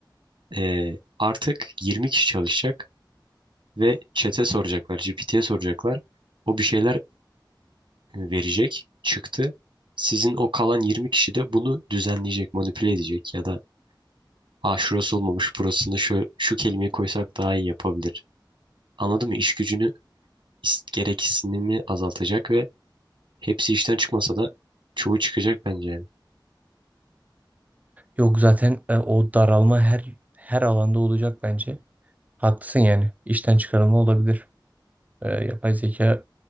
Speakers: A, on the right; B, on the right.
A: Ee, artık 20 kişi çalışacak ve chat'e soracaklar, GPT'ye soracaklar. O bir şeyler verecek çıktı. Sizin o kalan 20 kişi de bunu düzenleyecek, manipüle edecek ya da ha şurası olmamış burasında şu, şu kelimeyi koysak daha iyi yapabilir. Anladın mı? İş gücünü is- gereksinimi azaltacak ve hepsi işten çıkmasa da çoğu çıkacak bence yani.
B: Yok zaten e, o daralma her her alanda olacak bence. Haklısın yani. İşten çıkarılma olabilir. Ee, yapay zeka